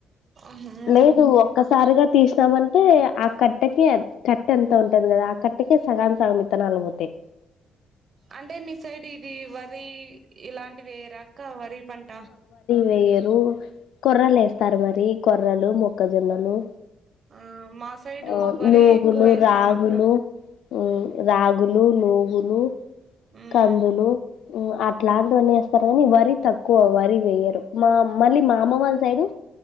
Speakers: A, on the right; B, on the left.
A: ఆహా
B: లేదు ఒక్కసారిగా తీసినామంటే, ఆ కట్టేకే కట్టె అంత ఉంటది కదా ఆ కట్టకే సగాం సగం ఇత్తనాలు పోతాయ్.
A: అంటే మీ సైడ్ ఇదీ వరీ ఇలాంటివేయరా అక్క వరి పంట.
B: వెయ్యరు. కొర్రలు వేస్తారు మరి. కొర్రలు, మొక్కజొన్నలు.
A: ఆ మా సైడు
B: అ
A: వరి
B: నూగులు,
A: ఎక్కువ వేస్తాం
B: రాగలు.
A: అక్క
B: మ్ రాగులు, నూగులు,
A: ఉమ్
B: కందులు అట్లాంటివన్నీ ఏస్తారు గని వరి తక్కువ్వరి వయ్యరు మా మళ్ళీ మా అమ్మ వాళ్ళ సైడు